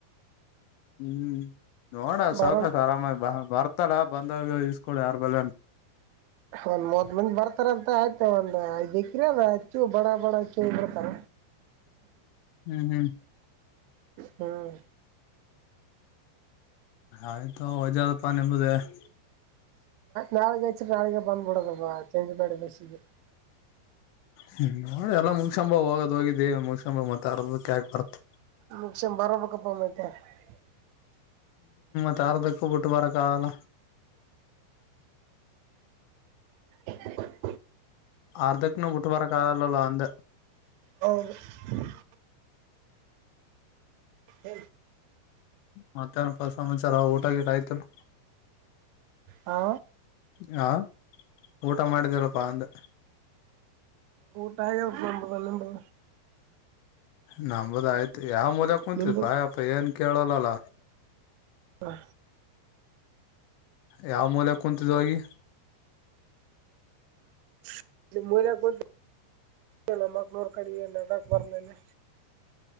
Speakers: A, on the left; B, on the right.
A: ಹ್ಮ್ ನೋಡ ಸೌಕಾಸ
B: ಬರನ್
A: ಆರಾಮಾಗಿ ಬರ್ತ <unintelligible> ಬಂದಾಗ ಇಸ್ಕೊಳ ಯಾರ ಬಳಿ ಅದ್ರ
B: ಒಂದ್ ಮೂವತ್ ಮಂದಿ ಬರ್ತಾರ ಅಂತ ಆಯ್ತ ಒಂದ್ ಐದ್ಕ್ರ ಅದ ಹೆಚ್ಚು ಬಡ ಬಡ ಹಚ್ಚು ಬಿರ್ತಾರ
A: <inaudible> ಹ್ಮ್ ಹ್ಮ್
B: ಹ್ಮ್
A: ಆಯ್ತು ತಗೋ <unintelligible>
B: ನಾಳೆಗೆ ಹೆಚ್ಚ ನಾಳಿಗೆ ಬಂದ್ಬಿಡದ <unintelligible> ಮಾಡೇಡಿ <unintelligible>
A: ಹ್ಮ್ ನೋಡಿ ಎಲ್ಲ ಮುಂಗಸಂಬ ಹೋಗೋದ ಹೋಗಿ ದೇವ ಮುಂಗಸಂಬ ಮತ್ತ ಅರ್ದಕ್ಕೆಯಾಕ ಬರ್ತ್ತ
B: ಮುಗಸನ್ <unintelligible>
A: ಅರ್ಥದಕ್ಕು ಬಿಟ್ಟು ಬರಕ್ಕಲ್ಲ
B: <unintelligible>
A: ಅರ್ಧಕ್ನ ಬಿಟ್ಟು ಬರಕಲ್ಲ ಅಂದೇ
B: <unintelligible> <unintelligible>
A: ಮತ್ತೆನಪ್ಪ ಸಮಾಚಾರ ಊಟ ಗಿಟ ಆಯ್ತಲ್ಲ
B: ಹಾ
A: ಹಾ ಊಟ ಮಾಡಿದಿಲ್ಲಪ್ಪಾ ಅಂದೇ
B: ಊಟ ಆಗ್ಯಾವಪ್ಪ ನಮ್ದು ನಿಮ್ದು
A: ನಮ್ದು ಆಯ್ತು ಯಾವ ಮೂಲೆಯಾಗೇ ಕುಂಡಿದಿಪ್ಪಾ
B: ನಿಂಬದು
A: ಏನ್ ಕೇಳಲ್ಲಲ್ಲ
B: ಹಾ
A: ಯಾವ ಮೂಲೆಗೆ ಕುಂತಿದೀಯ ಹೋಗಿ
B: <unintelligible> <unintelligible> ಕಡೆ ಏ ನಡಕ್ ಬರ್ಲೇನೆ